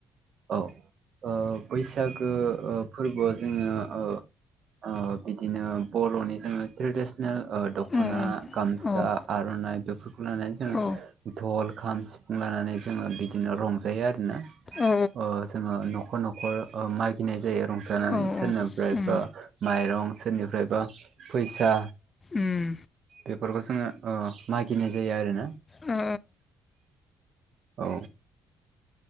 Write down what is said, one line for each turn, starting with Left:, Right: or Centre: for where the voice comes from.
Right: औ ओ बैसागो ओ फोरबोआव जोङो ओ ओ बिदिनो बर'नि जोङो ट्रेडिसनेल ओ दखना,
Left: उम
Right: गामसा,
Left: उम
Right: आरनाइ बेफोरखौ लानानै जों
Left: औ
Right: धल, खाम, सिफुं लानानै जोङो बिदिनो रंजायो आ रोना बिदिनो
Left: औ
Right: ओ जोङो न'खर न'खर ओ मागिनाय जायो। रंजानानै
Left: औ
Right: सोरनिफ्रायबा
Left: उम
Right: माइरं सोरनिफ्रायबा फैसा
Left: उम
Right: बेफोरखौ जोङो ओ मागिनाय जायो आरो ना
Left: ओ
Right: औ